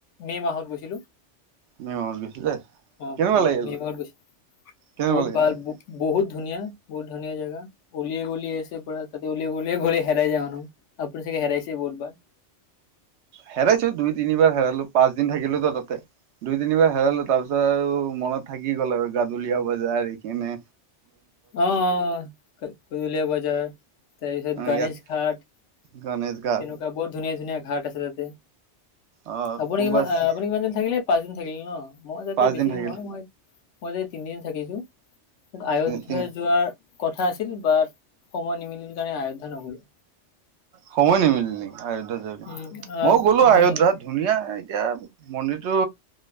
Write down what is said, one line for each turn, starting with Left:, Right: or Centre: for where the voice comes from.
Left: মে মাহত গৈছিলো।
Right: মে মাহত গৈছিলে
Left: অ
Right: কেনেকুৱা
Left: উম
Right: লাগিল
Left: মে মাহত গৈছিলোঁ
Right: কেনেকুৱা
Left: বহুত
Right: লাগিল
Left: ভাল
Right: তাতে
Left: বহুত। ধুনীয়া বহুত ধুনীয়া জেগা উলিয়াই গলিয় আছে পুৰা তাতে উলিয়াই গলিয়ে গলে হেৰাই যায় মানুহ আপুনি চাগে হেৰাইছে বহুতবাৰ।
Right: হেৰাইছো দুই তিনিবাৰ হেৰালো পাঁচ দিন থাকিলো তো তাতে। দুই তিনিবাৰ হেৰলো তৰপি তাৰ আৰু মনত থাকি গ'ল আৰু গাজুলীয়া বজাৰ এইখিনে।
Left: অ-অ কলীয়া বজাৰ। তাৰপিছত গণেশ
Right: ইয়াত
Left: ঘাট। তেনেকুৱা
Right: গণেশ ঘাট
Left: বহুত ধুনীয়া-ধুনীয়া ঘাট আছে তাতে।
Right: আহ
Left: আপুনি
Right: কোনোবা
Left: কিমান আপুনি কিমান দিন থাকিলে। পাঁচ দিন থাকিলি ন? মই যাতে
Right: পাঁচ
Left: বেছি
Right: থাকিল
Left: দিন নহয় মই মই যে তিনিদিন থাকিছো। আয়োধ্যা
Right: তিনি
Left: যোৱাৰ কথা আছিল বাট সময় নিমিলিল কাৰণে আয়োধ্যা নগলো।
Right: সময় নিমিল নেকি? আয়োধ্যা যে
Left: উম আ
Right: মই গ'লো
Left: মানে
Right: আয়োধ্যা ধুনীয়া এতিয়া মন্দিৰটো